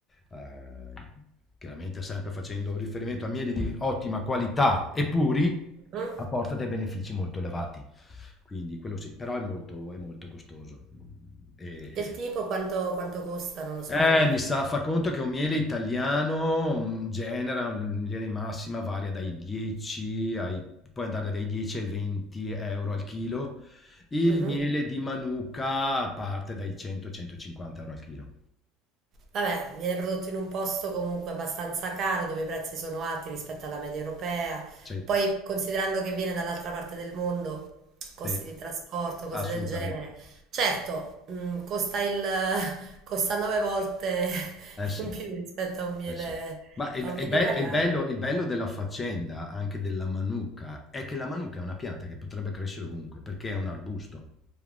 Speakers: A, on the left; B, on the right.
A: eh, chiaramente sempre facendo riferimento a mieli di ottima qualità e puri,
B: Mm?
A: apporta dei benefici molto elevati. Quindi quello sì, però è molto, è molto costoso. E, e
B: Del tipo quanto, quanto costa, non lo so,
A: eh,
B: un...
A: mi sa, fa conto che un miele italiano, mhmm, genera in linea di massima varia dai 10 ai puoi andare dai 10 ai 20 € al chilo. Il
B: Mhm.
A: miele di Manuka parte dai 100, 150 € al chilo.
B: Vabbè, viene prodotto in un posto comunque abbastanza caro, dove i prezzi sono alti rispetto alla media europea.
A: Sì,
B: Poi, considerando che viene dall'altra parte del mondo, costi
A: sì.
B: di trasporto, cose
A: Assolutamente.
B: del genere. Certo, mh, costa il, <laughs> costa nove volte <laughs>
A: Eh sì.
B: in più rispetto a un miele,
A: Eh sì. Ma il
B: a
A: be
B: un miele
A: il be
B: italiano.
A: il bello il bello della faccenda, anche della manuka, è che la manuka è una pianta che potrebbe crescere ovunque, perché è un arbusto.